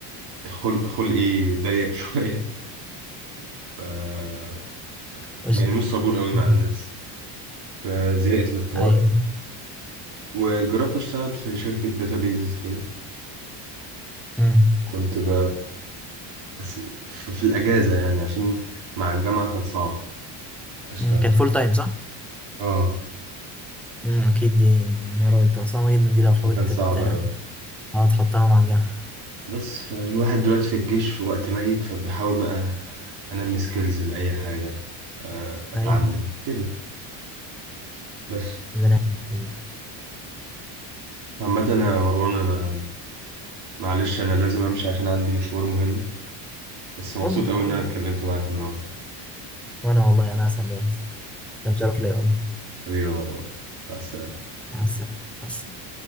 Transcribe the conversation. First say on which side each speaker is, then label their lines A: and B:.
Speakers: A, on the right; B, in the centre.
A: خلق خلقي ضيق <laughs> شويه ف
B: بس
A: يعني مش صبور قوي مع
B: مم.
A: الناس فزهقت من الحوار
B: أيوة
A: وجربت اشتغل في شركة داتابيز كده
B: مم.
A: كنت ب... بس في في الأجازة يعني عشان مع الجامعة كان صعب أشتغل
B: مم. كان فول تايم صح؟
A: اه
B: مم. أكيد دي نهار قلت صعبة جدا دي لو حاولت
A: فكان صعب
B: تت-
A: أوي
B: آه، تحطها مع الجامعة
A: بس فالواحد دلوقتي في الجيش في وقت ميت فبيحاول بقى أنمي سكيلز لأي حاجة آه، أتعلم
B: أيوة
A: كده بس
B: ربنا يعينك والله
A: عامة يا مروان أنا معلش أنا لازم أمشي عشان عندي مشوار مهم بس
B: فن
A: مبسوط أوي
B: فن
A: إن أنا اتكلمت معاك النهاردة
B: وأنا والله أنا أسعد بجد كان شرف ليا والله
A: حبيبي يا مروان مع السلامة
B: مع السلامة مع السلامة.